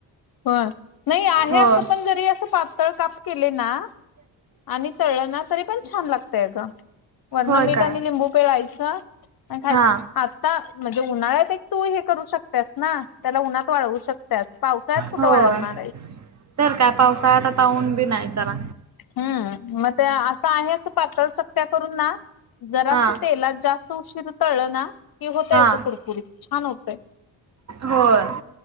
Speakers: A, on the left (about 50°); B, on the right (about 40°).
A: होय नाही आहे
B: हो
A: असं पण जरी असं पातळ काप केले ना आणि तळणा तरी पण छान लागतय अग वरण
B: होय
A: मीठ
B: काय
A: आणि लिंबू पिळायचं आणि खायच.
B: हा
A: आता म्हणजे उन्हाळ्यात एक तू हे करू शकत्यास ना त्याला उन्हात वाळवू शकत्यास पावसात कुठ
B: होय
A: वाळवणार आहेस?
B: तर काय पावसाळ्यात आता ऊन बी नाही चला
A: हम् मग ते असं आहेच पातळ चकप्या करून ना जरास
B: हा
A: तेलात जास्त जरा उशिरा तळल ना कि होतय
B: हा
A: असं कुरकुरीत छान होतय
B: होय